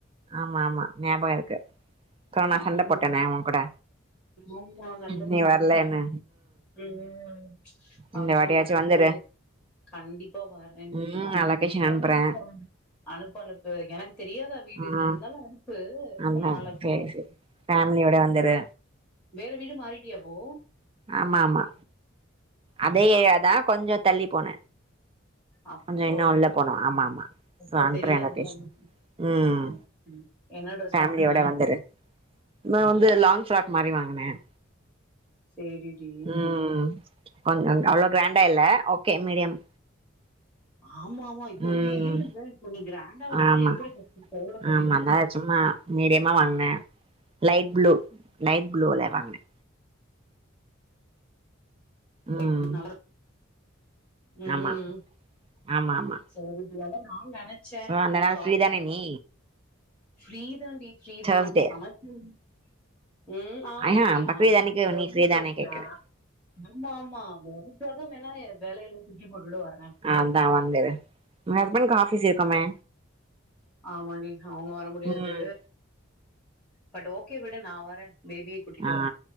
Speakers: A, on the right (about 25°); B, in the centre.
A: ஆமா ஆமா ஞாபகம் இருக்கு கொர நா
B: ஆமா
A: சண்ட போட்டனே ஓன் கூட
B: ஆமா சண்ட
A: நீ
B: போட்டே
A: வரலன்னு
B: இல்ல ம் ம் பங்க்ஷன்
A: இந்த வாட்டியாச்சு
B: போய்ட்டாலு
A: வந்துரு
B: இங்க வரும் கண்டிப்பா வரன் டி
A: ம்
B: வரன்
A: நா லொகேஷன்
B: <inaudible>
A: அனுப்புறே
B: அனுப்பு அனுப்பு எனக்கு தெரியாதா வீடு
A: ம்
B: நீ இருந்தாலும் அனுப்பு
A: அதா
B: ரொம்ப நாளா ஆச்சில்ல
A: சேரி சேரி ஃபேமிலியோட வந்துரு
B: வேற வீடு மாறிட்டியா இப்போ
A: ஆமா ஆமா அதே ஏரியாதா கொஞ்சம் தள்ளி போன
B: அப்போ
A: கொஞ்சம் இன்னும் உள்ள போனும் ஆமா ஆமா
B: அப்ப
A: தோ அனுப்பறன்
B: தெரியாதுல்ல
A: லொக்கேஷன் ம்
B: ஆ ம் என்ன ட்ரெஸ்
A: ஃபேமிலியோட
B: வாங்குன
A: வந்துரு நா வந்து லாங் ஃராக் மாதிரி வாங்கினேன்
B: சேரிடி
A: ம் ஒ அங்கங்க அவ்ளோ கிராண்டா இல்ல ஓகே மீடியம்
B: ஆமா ஆமா இப்போ
A: ம்
B: வெயில் இல்ல இப்ப நீ கிராண்டா வாங்கினா
A: ஆமா
B: எப்படி ஃபர்ஸ்ட் போட முடியும்
A: ஆமா அதா சும்மா மீடியமா வாங்கினேன் லைட் ப்ளூ லைட் ப்ளூல வாங்கினேன் ம்
B: லைட் ப்ளு நல்லா ம்
A: ஆமா ஆமா ஆமா
B: சேரி பிரியா அதான் நானும் நெனச்சேன்
A: சோ அந்த
B: உனக்கு
A: நாள்
B: கால்
A: ஃப்ரீ
B: பண்ணனு
A: தானே நீ
B: ஃப்ரீ தாண்டி ஃப்ரீதான்
A: தேர்ஸ்டே
B: சமைக்கனும் ம் ஆஹ்
A: ஆஹா
B: நீ
A: பக்ரீத் அன்னைக்கு
B: பதில்
A: நீ ஃப்ரீ தானே
B: சொல்றியா
A: கேக்குறே
B: ஆமா ஆமா உனக்காக வேணா வேலைய எல்லாம் தூக்கி போட்டுட்டு வர்ரேன்
A: அதான் வந்துரு உன் ஹஸ்பண்ட்க்கு ஆஃபீஸ் இருக்குமே
B: ஆமா டி அவங்க வர முடியாது
A: ம்
B: பட் ஓகே விடு நா வரேன் பேபிய கூட்டிட்டு
A: ஆ
B: வரே